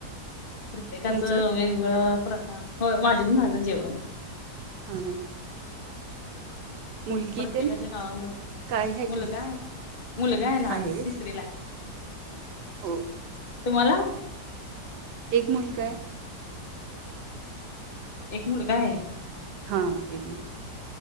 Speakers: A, on the left (about 35°); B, on the right (about 75°).
A: प्रत्येकाचं
B: तुमचं
A: वेगवेगळं प्र्य होय माझे पण झालं जेवण
B: हम्म मुलगी
A: प्रत्येकाच्या
B: तेन
A: गावामध्ये
B: काय हाय
A: मुलगा
B: का
A: आहे मुलगा आय लहान
B: आहे
A: तिसरीलाय
B: हो
A: तुम्हाला
B: एक मुलगा आय
A: एक मुलगा आहे
B: हां एक मिनट